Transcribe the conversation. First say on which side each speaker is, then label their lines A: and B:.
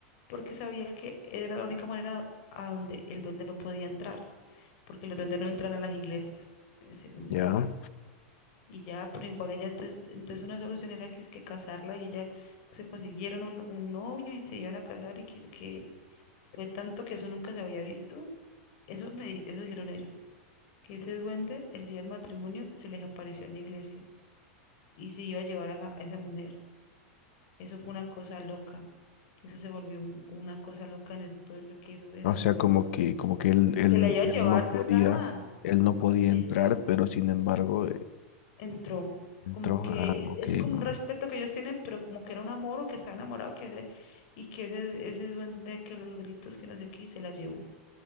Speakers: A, on the left; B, on the left.
A: porque sabía que era la única manera a donde el duende no podía entrar, porque los duendes no entran a las iglesias, eh, según dicen
B: ya.
A: acá. Y ya, pero igual ella, entonces, entonces una solución era que es que casarla y ella pues, se consiguieron un, un novio y se iban a casar y que es que fue tanto que eso nunca se había visto. Eso me, di- eso hicieron ellos, que ese duende el día del matrimonio se les apareció en la iglesia y se iba a llevar a esa a esa mujer. Eso fue una cosa loca. Eso se volvió un- una cosa loca en el pueblo, que eso era...
B: O
A: de-
B: sea, como que, como que él, él,
A: Se la iba
B: él
A: a llevar
B: no
A: cargada.
B: podía, él no podía
A: Se la
B: entrar,
A: iba a llevar.
B: pero sin embargo, eh,
A: Entró.
B: entró.
A: Como que
B: Ah,
A: e-
B: ok,
A: es como
B: no.
A: un respeto que ellos tienen, pero como que era un amor o que estaba enamorado, que ese, y que ese, ese duende que los gritos que no sé qué, se la llevó.